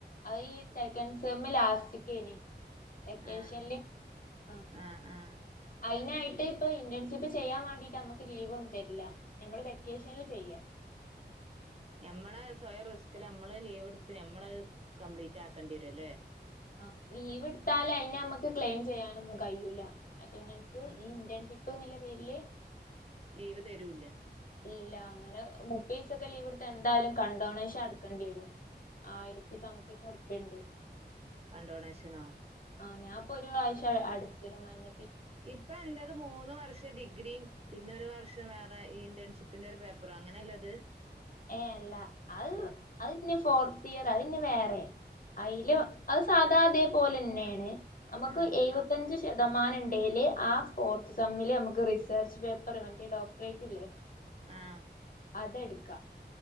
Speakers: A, on the left; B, on the right.
A: അത് ഈ സെക്കൻഡ് സെമ് ലാസ്റ്റിക്കനി. വെക്കേഷനിൽ
B: ആഹ്
A: ആ
B: ആഹ് ആഹ്
A: അതിനായിട്ട് ഇപ്പൊ ഇന്റേൺഷിപ്പ് ചെയ്യാൻ വേണ്ടിട്ട് നമ്മുക്ക് ലീവ് ഒന്നും തരില്ല നമ്മ ൾ വെകേഷനിൽ ചെയ്യ.
B: ഞമ്മള് സ്വയം റിസ്കില് നമ്മള് ലീവ് എടുത്ത് നമ്മള് കംപ്ലീറ്റ് ആക്കേണ്ടി വരുല്ലേ?
A: ആ ലീവ് എടുത്താല് അയി നമ്മക്ക് ക്ലെയിം ചെയ്യാനൊന്നും കയുല. അറ്റൻഡൻസ്
B: ആഹ്
A: ഈ ഇന്റേൺഷിപ്പ് എന്ന പേരില്.
B: ലീവ് തരൂല്ല.
A: ഇല്ല അങ്ങനെ മുപ്പതീസൊക്കെ ലീവ് എടുത്ത എന്തായാലും കൺ ഡോണേഷൻ അടക്കേണ്ടി വരും. ആയിരത്തി സംത്തിംഗറുപ്പണ്ട്.
B: കൺഡോണേഷനോ?
A: ആഹ് ഞാന്പ്പൊ ഒരു പ്രാവശ്യം അടിച്ച് മഞ്ഞ.
B: ഇപ്പൊ എന്റത് മൂന്ന് വർഷം. ത്തെ ഡിഗ്രിയും പിന്നെ ഒരു വർഷം വേറെ ഈ ഇന്റേൺഷിപ്പിന്റെ ഒരു പേപ്പറും അങ്ങനെയേല്ലത്.
A: ഏഹ് അല്ല അത് അതിന്നെ ഫോർത്ത് ഇയർ അതിന്നെ വേറെ അയില് അത് സാധാ അതേപോലെന്നെയാണ് നമുക്ക്
B: ആഹ്
A: പത്തഞ്ച് ശതമാനം ഇണ്ടയിലെ ആ ഫോർത്ത് സമ്മിൽ നമുക്ക് റിസർച്ച് പേപ്പർ മറ്റേ ഡോക്ടറേറ്റ്ല്ലേ
B: ആഹ്
A: അതെടുക്കാം